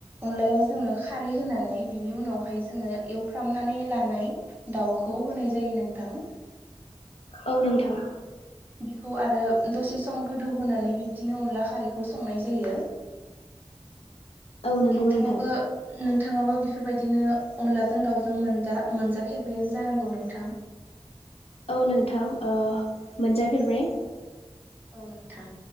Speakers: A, on the right; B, on the left.
A: अनलायाव जोङो खारै होनानै बिनि उनावहाय जोङो एवफ्रामनानै लानाय दाउखौ होनाय जायो नोंथां
B: औ नोंथां
A: बिखौ आरो दसे सम गोदौहोनानै बिब्दिनो अनला खारैखौ संनाय जायो
B: औ नंगौ
A: नोंथाङाबो
B: नोंथां
A: नोंथाङाबो बेफोरबायदिनो अनलाजों दाउजों मोनजा मोनजाफेरबायानो जानांगौ नोंथां?
B: औ नोंथां मोनजाफेरबाय।
A: औ नोंथां